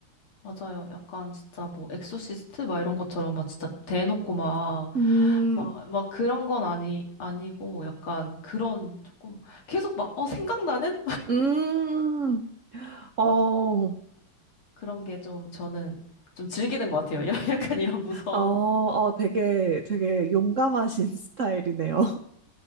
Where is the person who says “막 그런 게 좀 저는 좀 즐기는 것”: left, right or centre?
Left